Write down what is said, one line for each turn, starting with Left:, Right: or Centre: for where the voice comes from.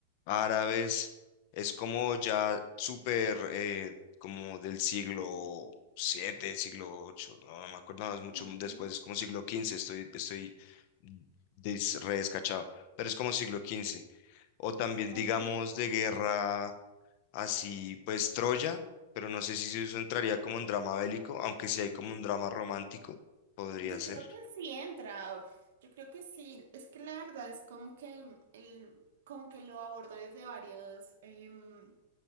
Left: árabes, es como ya súper, eh, como del siglo siete, siglo ocho. no, no me acuerdo, no, es mucho
Right: Ok,
Left: después, es como siglo quince. estoy, estoy mm, des- re descachado, pero es como siglo quince o también
Right: ok.
Left: digamos de guerra así pues Troya, pero no sé si eso entraría como un drama bélico, aunque sí hay como un drama romántico, podría
Right: Yo
Left: ser.
Right: creo que sí entra. Yo creo que sí. Es que la verdad es como que el, como que lo aborda desde varios, em,